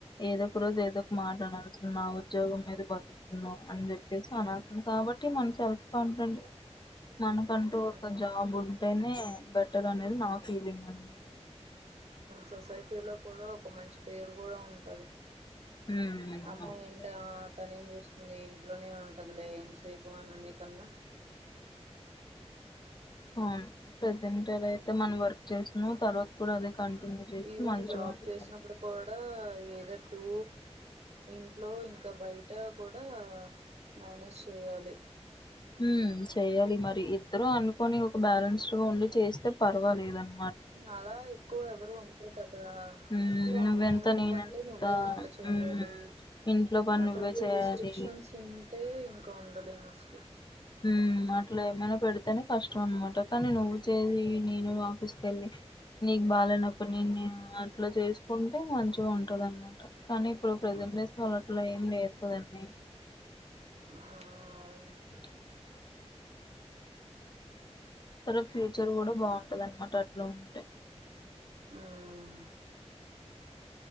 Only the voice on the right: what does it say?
అవును.
సొసైటీలో కూడా ఒక మంచి పేరు కూడా ఉంటది.
అమ్మో
ఏంట తనేం ఏం చేస్తుంది. ఇంట్ల లనే ఉంటదులే ఎంతసేపు అని కన్నా
ఈవెన్
జాబ్
చేసినప్పుడు కూడా ఏదో టూ ఇంట్లో ఇంకా బయట కూడా మేనేజ్ చేయాలి.
అలా ఎక్కువ ఎవరు ఉండరు కదా
సో
అమ్మాయి నువ్వంటే
నువ్వే వంట చేయాలి.
అటువంటి
రిస్ట్రిక్షన్స్ ఉంటే ఇం ఉండలేమసలు.
ఆ
ఆ
అవునండి
ఉమ్